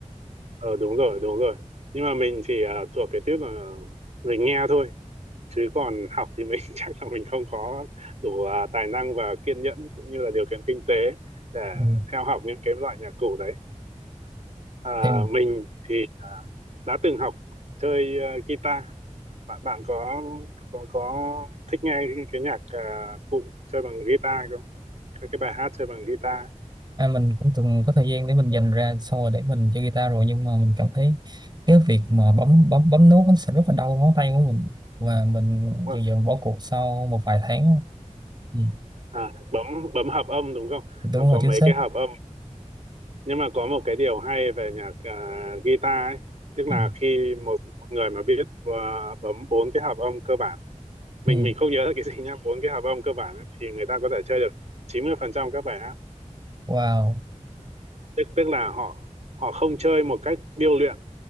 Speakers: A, on the right (about 60°); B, on the right (about 35°).
A: ờ, đúng rồi đúng rồi nhưng mà mình thì à, thuộc cái tiếp là mình nghe thôi chứ còn học thì mình <laughs> chắc là mình không có đủ à, tài năng và kiên nhẫn cũng như là điều kiện kinh tế để
B: Ừ.
A: theo học những cái loại nhạc cụ đấy à,
B: thì
A: mình thì đã từng học chơi ờ, guitar bạn bạn có có có thích nghe cái, cái nhạc ờ, cụ chơi bằng guitar không các cái bài hát chơi bằng guitar
B: à, mình cũng từng có thời gian để mình dành ra xong rồi để mình chơi guitar rồi nhưng mà mình cảm thấy cái việc mà bấm bấm bấm nốt nó sẽ rất là đau ngón tay của mình và mình
A: Đúng
B: dần
A: rồi.
B: dần bỏ cuộc sau một vài tháng ừ.
A: à, bấm bấm hợp âm đúng không
B: đúng
A: nó
B: rồi
A: có
B: chính
A: mấy
B: xác
A: cái hợp âm nhưng mà có một cái điều hay về nhạc ờ, guitar ấy tức là
B: ừ.
A: khi một, một người mà biết ờ, bấm bốn cái hợp âm cơ bản mình
B: Ừ.
A: mình không nhớ là cái gì nhá bốn cái hợp âm cơ bản ấy, thì người ta có thể chơi được 90% các bài hát
B: wow
A: tức tức là họ họ không chơi một cách điêu luyện